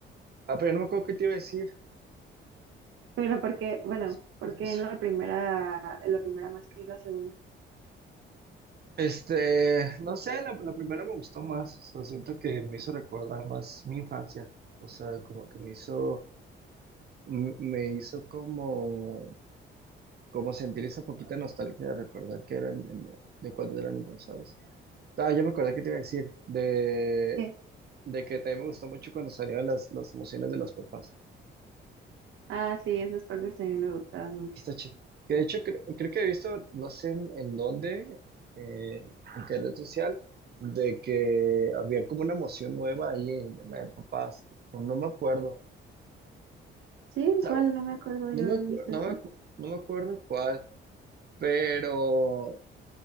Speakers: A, on the right; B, on the right.
A: Ah, pero no me acuerdo qué te iba a decir. <laughs>
B: Pero porque, bueno,
A: Es-
B: porque
A: es-
B: en la primera, en la primera más que en la segunda.
A: Este, no sé, la, la primera me gustó más, o sea, siento que me hizo recordar más mi infancia, o sea, como que me hizo, m- me hizo como como sentir esa poquita nostalgia de recordar que eran en- de cuando era niño, ¿sabes? Ah, ya me acordé que te iba a decir de,
B: ¿Qué?
A: de que también me gustó mucho cuando salieron las, las emociones de los papás.
B: Ah, sí, esas partes también me gustaban mucho.
A: Está chi- Que de hecho creo, creo que he visto, no sé en, en dónde, eh, en qué red social, de que había como una emoción nueva ahí en, en la de papás. No no me acuerdo. O
B: ¿Sí?
A: sea,
B: ¿Cuál? No me acuerdo
A: No
B: yo
A: me,
B: haber
A: acu-
B: visto
A: no
B: eso.
A: me, acu- no me acuerdo cuál, pero